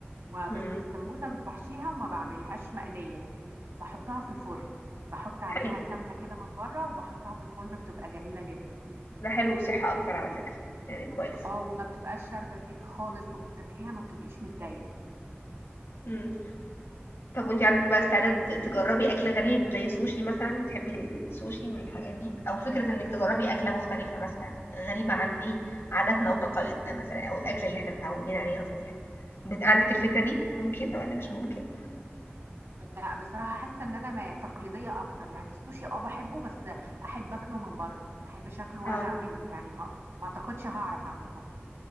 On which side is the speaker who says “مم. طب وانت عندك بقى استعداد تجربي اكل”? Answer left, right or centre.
Left